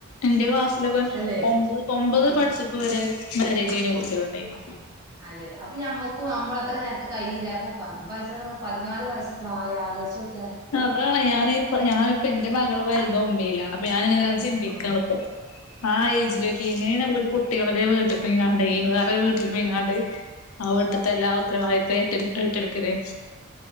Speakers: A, on the left; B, on the right.
A: എന്റെ ക്ലാസ്സിലൊക്കെ
B: അല്ലെ
A: ഒമ്പത് ഒമ്പത് പഠിച്ചപ്പൊ വരെ മര്യേജ് കഴിഞ്ഞ കുട്ട്യാള്ണ്ടായിരുന്നു
B: അതെ അപ്പൊ നമ്മക്കും നമ്മള് അത്ര നേര്ത്തെ കയ്യില്ല അപ്പൊ പമ്പയസ്സ് പർഞ്ഞ പതിനാല് വയസ് പ്രായം ആലോയ്ച്ചാേക്കി
A: അതാണെയ് ഞാനിപ്പ ഞാനിപ്പ എന്റെ മകള് വൽത് ഒമ്പീലാണ് അപ്പോ ഞാൻ ഇങ്ങനെ അത് ചിന്തിക്കാണ്പ്പോ
B: ആഹ്
A: ആ ഒര് ഏജിലൊക്കെ എങ്ങനെയാണ് ഓൽക്ക് കുട്ടികൾടെക്കെ വീട്ടി പോയിങ്ങണ്ടേയ് വേറൊരു വീട്ടില് പോയിങ്ങാണ്ട് ആ വീട്ടിത്തെ എല്ലാ ഉത്തരവാദിത്തോം ഏറ്റെട് ഏറ്റെട്ക്കല്